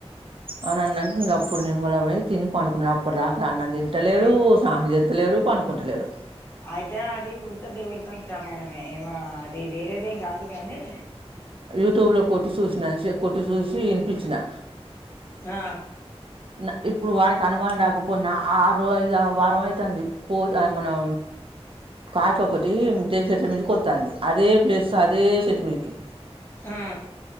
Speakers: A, on the right; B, on the left.
A: అని అన్నంక అప్పుడు నిమ్మలమై తిని పనుకున్నాడు, అప్పుదాకా అన్నం తింటలేడు
B: ఎ
A: స్నానం చే లేడు పనుకుంటలేడు
B: అయితే అది ముడితే దేవుడితోని సమానమే ఏమ అది వేరేదేం కాదు గాని.
A: యూట్యూబ్ లో కొట్టి చూసిన చె కొట్టి చూసి వినిపించినా.
B: ఆ
A: నా ఇప్పుడు వానికి అనుమానం రాకపోనా ఆ ఆరు ఐదు వారం అయితాంది కో మనం కాకి ఒకటి టేకు చెట్ల మీదకి కొత్తాంది అదే ప్లేస్ అదే సెట్ మీదకి.
B: ఆ